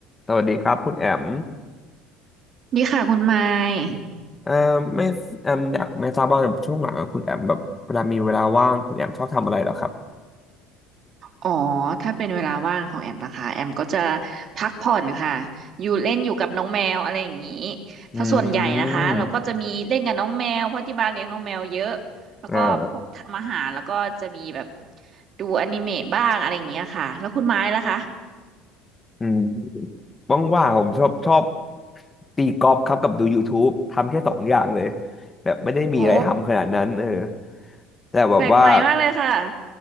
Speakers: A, on the left (about 20°); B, on the right (about 45°).
A: สวัสดีครับคุณแอม
B: ดีค่ะคุณไมค์
A: เอ่อไม่แอมอยากไม่ทราบว่าช่วงหลังอะคุณแอมแบบเวลามีเวลาว่างคุณแอมชอบทำอะไรเหรอครับ
B: อ๋อ ถ้าเป็นเวลาว่างของแอมนะคะแอมก็จะพักผ่อนค่ะอยู่เล่นอยู่กับน้องแมวอะไรอย่างนี้
A: อืม
B: ถ้าส่วนใหญ่นะคะเราก็จะมีเล่นกับน้องแมวเพราะที่บ้านเลี้ยงน้องแมวเยอะ แล้วก็พวกทำอาหารแล้วก็จะมีแบบ
A: อ่า
B: ดูอนิเมะบ้างอะไรอย่างเงี้ยค่ะ แล้วคุณไม้ล่ะคะ
A: อืมว่างๆผมชอบชอบตีกอล์ฟครับกับดู YouTube ทำแค่สองอย่างเลยแบบไม่ได้มีอะไรทำขนาดนั้นเออ
B: โอ้
A: แต่แบบว่า
B: แปลกใหม่มากเลยค่ะ